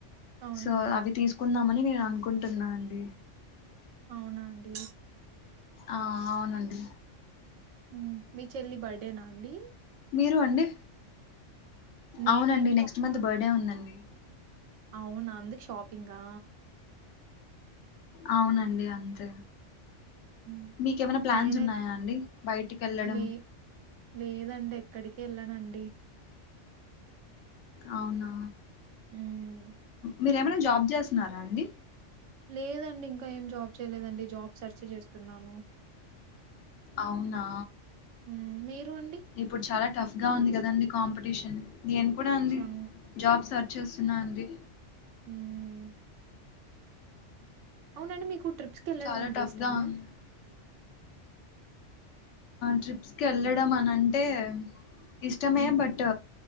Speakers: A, on the right; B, on the left.
A: అవునండి
B: సో అవి తీసుకుందామని నేను అనుకుంటున్నా అండి
A: అవునా అండి
B: ఆ అవునండి
A: ఉ మీ చెల్లి బర్త్డేనా అండి
B: మీరు అండి
A: నేనేం
B: అవునండి నెక్స్ట్ మంత్ బర్త్డే ఉందండి
A: అవును నా అందుకే షాపింగా
B: అవునండి. అంతే
A: మ్మ్
B: మీకేమైనా ప్లాన్స్
A: నేనై
B: ఉన్నాయా అండి బయటికి వెళ్ళడం
A: లే లేదండి ఎక్కడికి ఏళ్ళానండి
B: అవునా
A: హ్
B: మీరేమైనా జాబ్ చేస్తున్నారా అండి
A: లేదండి ఇంకా ఏం జాబ్ చేయలేదండి. జాబ్ సర్చ్ చేస్తున్నాను
B: అవునా
A: ఉ మీరు అండి
B: ఇప్పుడు చాలా టఫ్ గా ఉంది కదండి కాంపిటీషన్ నేను కూడా అండి
A: చం
B: జాబ్ సర్చ్ చేస్తున్నా అండి.
A: హ్ అవునండి మీకు ట్రిప్స్కి వెళ్ళడం
B: చాలా
A: అంటే
B: టఫ్
A: ఇష్టమా
B: గా ఉంది ట్రిప్స్కి వెళ్ళడం అని అంటే ఇష్టమే
A: హ్మ్.
B: బట్